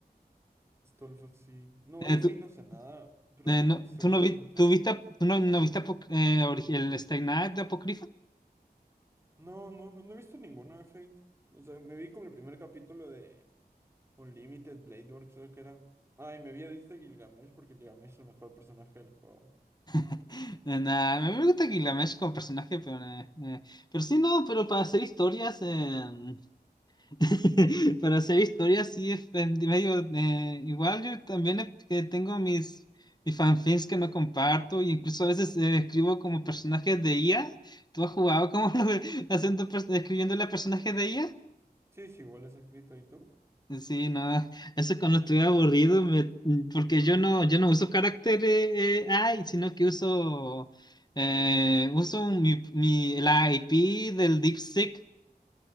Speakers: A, on the right; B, on the left.
A: Stolfo, sí. No,
B: Eh,
A: de Fate
B: tú,
A: no sé nada, pero
B: eh, no,
A: seguramente.
B: ¿tú no vi- tú viste, tú no, no viste Apoc- eh, origi- el Stay Night de Apocrypha?
A: No, no, no, no he visto ninguno de Fate. O sea, me vi como el primer capítulo de Unlimited Blade Works, creo que era. Ay, me vi a Edith de Gilgamesh porque Gilgamesh es el mejor personaje del juego. Digo.
B: <laughs> Nah, me me gusta Gilgamesh como personaje, pero, eh, eh, pero sí, no, pero para hacer historias, eh, <laughs> para hacer historias sí es eh, medio eh, igual. Yo también eh, que tengo mis, mis fanfics que no comparto, e incluso a veces eh, escribo como personajes de IA. ¿Tú has jugado como <laughs> haciendo, pers- escribiéndole a personajes de IA?
A: Sí, sí, igual es escrito. ¿Y tú?
B: Sí, no, eso cuando estoy aburrido, me- mm, porque yo no, yo no uso carácter eh, eh, AI, sino que uso, eh, uso mi, mi- la IP del DeepSeek.